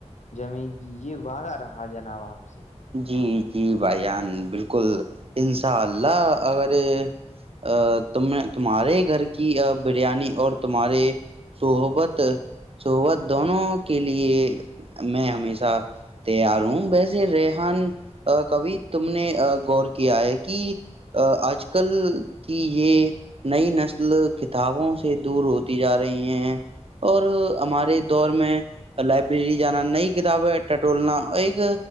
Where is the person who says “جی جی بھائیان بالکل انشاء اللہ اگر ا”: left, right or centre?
Right